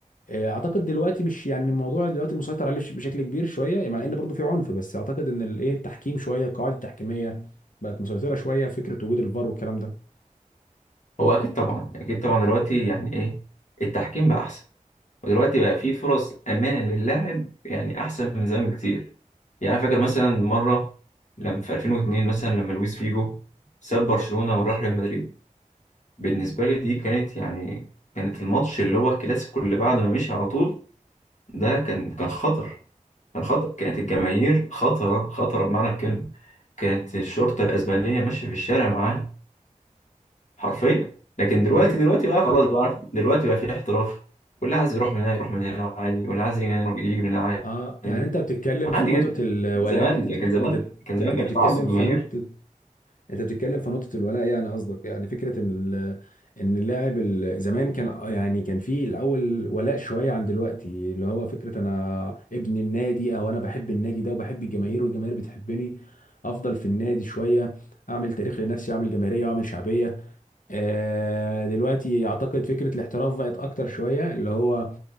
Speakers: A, on the left; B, on the left.
A: آه، اعتقد دلوقتي مش يعني الموضوع دلوقتي مسيطر عليه بشكل كبير شويه يعني مع ان برضه في عنف بس اعتقد ان الايه التحكيم شويه القواعد التحكيميه بقت مسيطره شويه فكره وجود الفار والكلام ده
B: هو اكيد طبعا اكيد طبعا دلوقتي يعني ايه التحكيم بقى احسن ودلوقتي بقى في فرص امان للاعب يعني احسن من زمان بكتير يعني انا فاكر مثلا مرة لما في 2002 مثلا لما لويس فيجو ساب برشلونة وراح ريال مدريد بالنسبة لي دي كانت يعني كانت الماتش اللي هو الكلاسيكو اللي بعد ما مشي على طول ده كان كان خطر كان خطر كانت الجماهير خطرة خطرة بمعنى الكلمة كانت الشرطة الأسبانية ماشية في الشارع معاه حرفيا لكن دلوقتي
A: انا شفت
B: دلوقتي بقى خلاص بقى عارف دلوقتي بقى في احتراف واللي عايز يروح من هنا يروح من هنا عادي واللي عايز يجي من هنا يجي من هنا
A: اه
B: عادي
A: يعني انت بتتكلم في
B: عادي
A: نقطه
B: جدا
A: الولاء
B: زمان
A: انت
B: لكن
A: بتك...
B: زمان
A: انت
B: كان زمان
A: انت
B: كان
A: بتتكلم
B: في تعصب جماهيري
A: في نقطه انت بتتكلم في نقطة الولاء يعني قصدك يعني فكرة ان ال- ان اللاعب ال- زمان كان آه يعني كان في الاول ولاء شوية عن دلوقتي اللي هو فكرة انا ابن النادي او انا بحب النادي ده وبحب الجماهير والجماهير بتحبني افضل في النادي شوية اعمل تاريخ لنفسي واعمل جماهيرية واعمل شعبية آه، دلوقتي اعتقد فكرة الاحتراف بقت اكتر شوية اللي هو